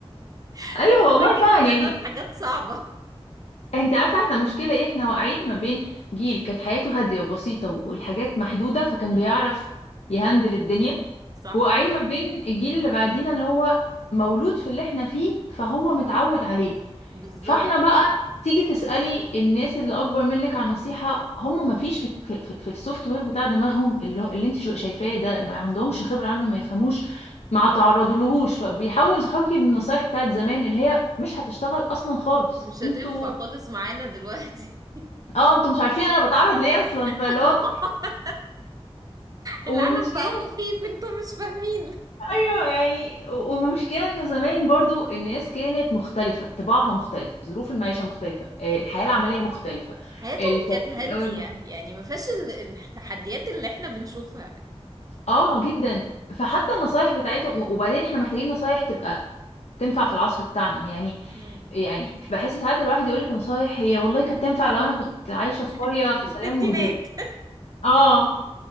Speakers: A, on the right (about 35°); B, on the left (about 85°).
A: <laughs>
B: ايوه
A: بنواجه
B: والله فعلا
A: فعلا
B: يعني
A: حاجات صعبة
B: انت عارفه احنا مشكله ايه احنا واقعين ما بين جيل كانت حياته هاديه وبسيطه والحاجات محدوده فكان
A: امم
B: بيعرف يهندل الدنيا
A: صح
B: وقاعدين ما بين الجيل اللي بعدينا اللي هو مولود في اللي احنا فيه فهو متعود عليه
A: بالظبط
B: فاحنا بقى تيجي تسألي الناس اللي اكبر منك عن نصيحة هم ما فيش في, في, في, في السوفت وير بتاع دماغهم اللي, هو- اللي انت شو- شايفاه ده ما عندهمش خبرة عنه ما يفهموش ما تعرضوا لهوش فبيحاولوا ينصحوكي بالنصايح بتاعت زمان اللي هي مش هتشتغل اصلا خالص
A: مش هتنفع
B: انتوا
A: خالص معانا دلوقتي
B: اه انتوا مش عارفين انا بتعرض ليه اصلا فاللي
A: <laughs>
B: هو
A: العالم
B: والمشكله
A: بقى مخيف انتوا مش فاهمين
B: ايوه يعني والمشكله انه زمان برضو الناس كانت مختلفه طباعها مختلف ظروف المعيشه مختلفه آه، الحياه العمليه مختلفه
A: حياتهم
B: التربيه
A: كانت هادية
B: الاولاد مخ...
A: يعني ما فيهاش ال- التحديات اللي احنا بنشوفها
B: اه جدا فحتى النصايح بتاعتهم وبعدين احنا محتاجين نصايح تبقى تنفع في العصر بتاعنا يعني
A: مم.
B: يعني بحس ساعات الواحد يقول لك نصايح هي والله كانت تنفع لو انا كنت عايشه
A: <laughs>
B: في قريه في سلام
A: الستينات
B: وهدوء اه